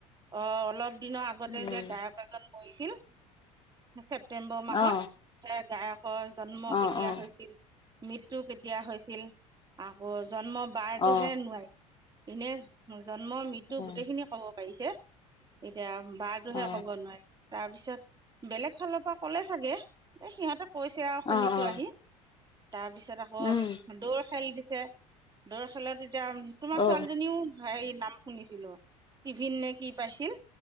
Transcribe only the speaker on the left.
উম
অ
অ
অ
অ
অ
অ
অ অ
উম
অ